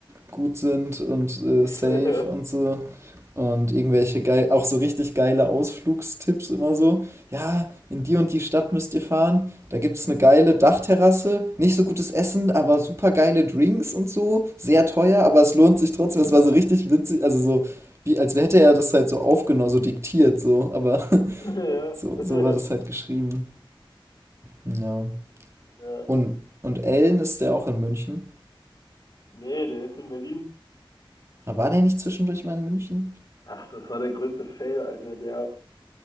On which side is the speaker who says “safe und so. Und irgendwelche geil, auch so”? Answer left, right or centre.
Right